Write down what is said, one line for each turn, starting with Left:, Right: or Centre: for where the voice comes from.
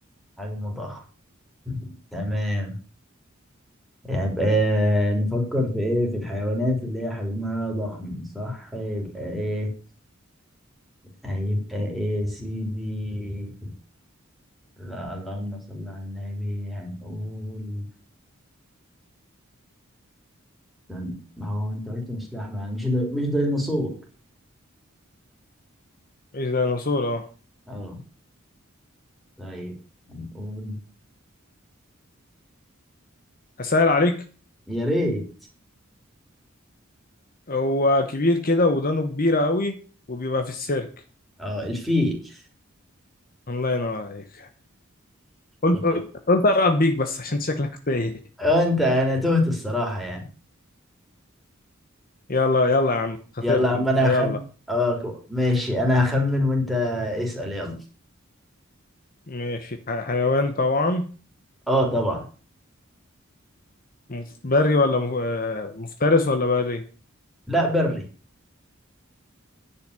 Centre: حجمه ضخم تمام يبقى نفكر في إيه في الحيوانات اللي هي حجمها ضخم صح يبقى إيه هيبقى إيه يا سيدي لا اللهم صل على النبي هنقول استنى، ما هو أنت قلت مش لحمة يعني مش دي... مش ديناصور
Left: ايش ديناصور اه
Centre: أه طيب هنقول
Left: اسهل عليك
Centre: يا ريت
Left: هو كبير كده ودانه كبيرة قوي وبيبقى في السيرك
Centre: اه الفيل
Left: الله ينور عليك قلت قلت
Centre: طيب.
Left: قلت أقرب بيك بس عشان شكلك تايه
Centre: وانت انا تهت الصراحة يعني
Left: يلا يلا يا عم خسرت
Centre: يلا اما
Left: انت
Centre: انا
Left: يلا
Centre: هخم اه كو- ماشي انا هخمن وانت اسأل يلا
Left: ماشي ح- حيوان طبعا
Centre: اه طبعا
Left: مف- بري ولا مف- آه، مفترس ولا بري
Centre: لا بري